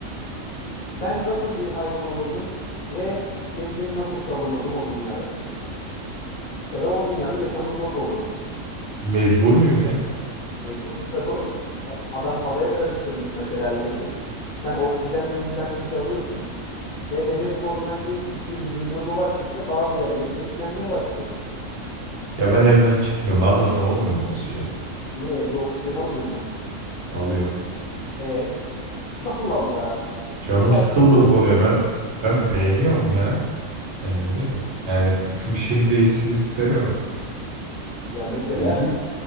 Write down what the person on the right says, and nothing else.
Mecbur muyum ya?
Ya ben evden çıkmıyorum. Almasam olmuyor mu oksijen?
Alıyor.
Canım
sıkıldı
bu konuya.
Ben ben beğeniyorum ya kendimi. Yani <laughs> bir şeyim değişsin istemiyorum.
E, İyi.